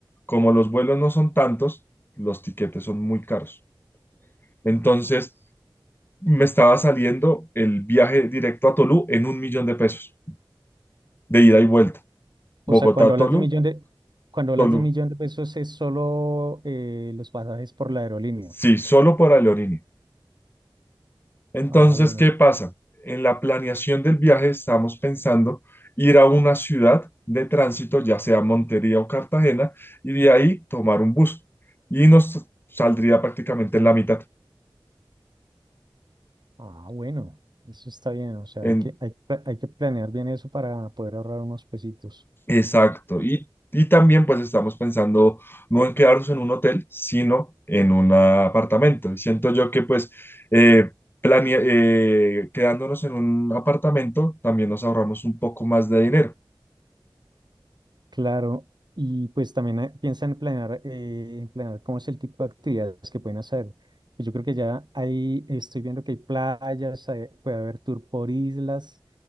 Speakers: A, on the left; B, on the right.
A: Como los vuelos no son tantos, los tiquetes son muy caros. Entonces, me estaba saliendo el viaje directo a Tolú en un millón de pesos, de ida y vuelta.
B: O
A: Bogotá
B: sea, cuando
A: a
B: hablas
A: Tolú,
B: de millón de, cuando hablas
A: Tolú.
B: de millón de pesos es solo eh, los pasajes por la aerolínea.
A: Sí, solo por Leonini. Entonces,
B: Ah, bueno,
A: ¿qué pasa? En la planeación del viaje estamos pensando ir a una ciudad de tránsito, ya sea Montería o Cartagena, y de ahí tomar un bus. Y nos saldría prácticamente en la mitad.
B: ah, bueno, eso está bien, o sea,
A: En,
B: hay que, hay, pla- hay que planear bien eso para poder ahorrar unos pesitos.
A: exacto. Y, y también pues estamos pensando no en quedarnos en un hotel, sino en un apartamento. Y siento yo que pues eh, planea- eh, quedándonos en un apartamento también nos ahorramos un poco más de dinero.
B: Claro, y pues también eh, piensan en planear, eh, planear cómo es el tipo de actividades que pueden hacer. Pues yo creo que ya ahí estoy viendo que hay playas, hay- puede haber tour por islas,